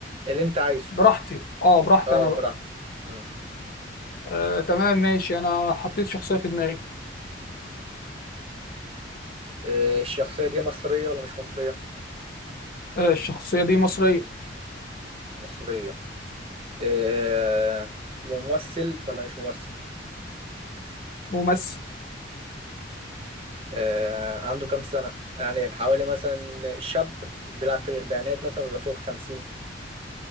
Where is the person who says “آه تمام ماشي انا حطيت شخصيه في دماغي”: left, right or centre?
Left